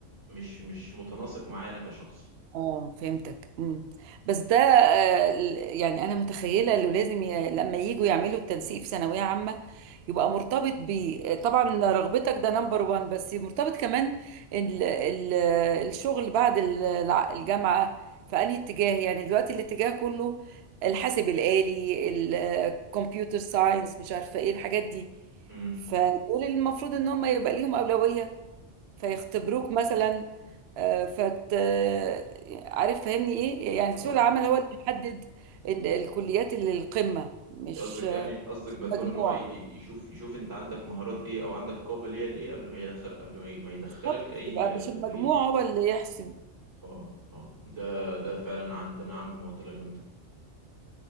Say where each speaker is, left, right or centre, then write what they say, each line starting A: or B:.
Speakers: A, on the right; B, on the right.
A: مش مش متناسق معايا انا كشخص
B: اه فهمتك امم بس ده آه، ال- يعني انا متخيله انه لازم ي... لما يجوا يعملوا التنسيق في ثانويه عامه يبقى مرتبط ب آه، طبعا رغبتك ده نمبر وان بس مرتبط كمان ال... ال... الشغل بعد ال- الع- الجامعه في انهي اتجاه يعني دلوقتي الاتجاه كله الحاسب الآلي الكمبيوتر ساينس مش عارفه ايه الحاجات دي
A: امم
B: فدول المفروض ان هم يبقى ليهم اولويه فيختبروك مثلا آه، فت آه، عارف فاهمني ايه يعني
A: آه،
B: سوق العمل هو اللي بيحدد إن الكليات اللي القمة مش
A: انت قصدك يعني قصدك
B: مش
A: باعتبار
B: المجموع
A: ان هو ي- ي- يشوف يشوف انت عندك مهارات ايه او عندك قابليه لايه قبل ما يدخل قبل ما ي- ما يدخلك
B: بالظبط
A: اي
B: يبقى مش
A: آه،
B: المجموع
A: كليات
B: هو اللي يحسم
A: اه اه ده ده فعلا عندنا عامل معضله جامده